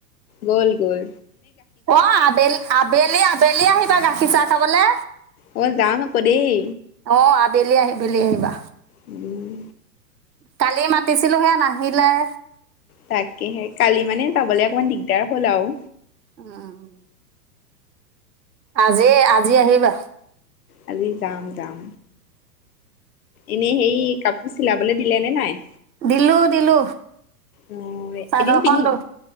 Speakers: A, on the left; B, on the right.
A: গ'ল গৈ
B: অ' আ বেল আ বেলি আ বেলি আহিবা গাখীৰ চাহ খাবলে।
A: অ যাম আকৌ দেই
B: অ' আ বেলি আহি বেলি আহি ৱাহ
A: উম।
B: কালিয় মাতিছিলোহে নাহিলাএ।
A: তাকেহে কালি মানে যাবলে অকণমান দিগ তেয়াৰ হ'ল আওঁ
B: উম উ। আজি আজি আহিবা।
A: আ যাম, যাম। এনেই হেই কাপোৰ চিলাবলৈ দিলে নে নাই?
B: দিলো, দিলো
A: অ
B: চাদৰ
A: এদিন পিন্ধিম
B: খন দ